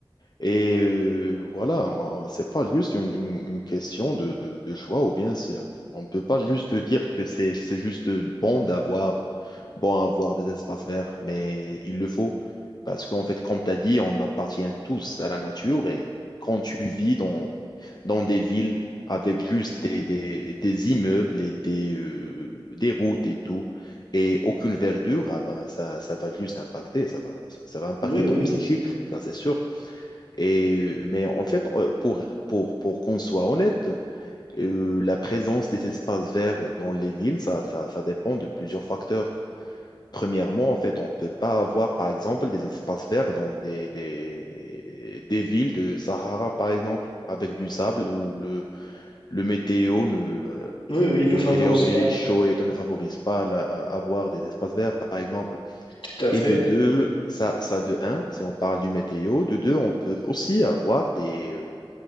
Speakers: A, on the left; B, on the left.
A: Et euh, voilà, euh, c'est pas juste une, une- une question de, de- de choix, ou bien c'est- on ne peut pas juste dire que c'est c'est juste bon d'avoir bon à avoir des espaces verts, mais il le faut. Parce qu'en fait, comme tu as dit, on appartient tous à la nature et quand tu vis dans, dans des villes avec juste des, des- des immeubles et des, euh, des routes et tout, et aucune verdure, ah ben, ça, ça va juste impacter, ça va, ça ça va impacter
B: Oui, oui.
A: ton psychique, ça c'est sûr. Et, euh, mais en fait, euh, pour, pour, pour qu'on soit honnête, euh, la présence des espaces verts dans les villes, ça, ça, ça dépend de plusieurs facteurs. Premièrement, en fait, on ne peut pas avoir, par exemple, des espaces verts dans des, des, des villes de Sahara, par exemple, avec du sable où le, le météo ne, euh,
B: Oui, oui,
A: et
B: ne
A: les,
B: favorise
A: et les, et
B: pas,
A: les
B: là.
A: chauds et tout ne favorisent pas la- à avoir des espaces verts, par exemple.
B: Tout à
A: Et
B: fait.
A: de deux, ça, ça de un, si on parle du météo, de deux, on peut aussi avoir des, euh,